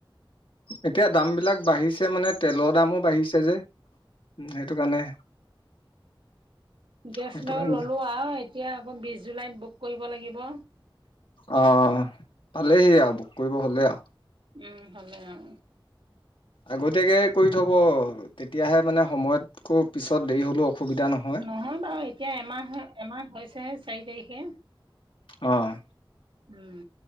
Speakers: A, on the left; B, on the right.
A: এতিয়া দামবিলাক বাঢ়িছে মানে তেলৰ দামো বাঢ়িছে যে। উম, সেইটো কাৰণে।
B: গেছ
A: সেইটো
B: বাৰু
A: কাৰণে
B: ললোঁ আও। এতিয়া আকৌ বিশ জুলাইত বুক কৰিব লাগিব।
A: অ' পালেহি আও, বুক কৰিব হ'লে আও।
B: উম! ভালে আৰু।
A: আগতীয়াকে কৰি থ'ব? তেতিয়াহে মানে, সময়তকৈ পিছত, দেৰি হ'লেও অসুবিধা নহয়।
B: নহয় বাৰু! এতিয়া এমাহ, এমাহ হৈছে চাৰি তাৰিখে।
A: অ'!
B: উম!